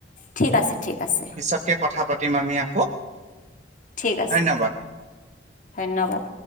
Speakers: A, on the left; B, on the right.
A: ঠিক আছে। ঠিক আছে,
B: পিছতকে কথা পাতিম আমি আকৌ।
A: ঠিক আছে
B: ধন্যবাদ
A: ধন্যবাদ।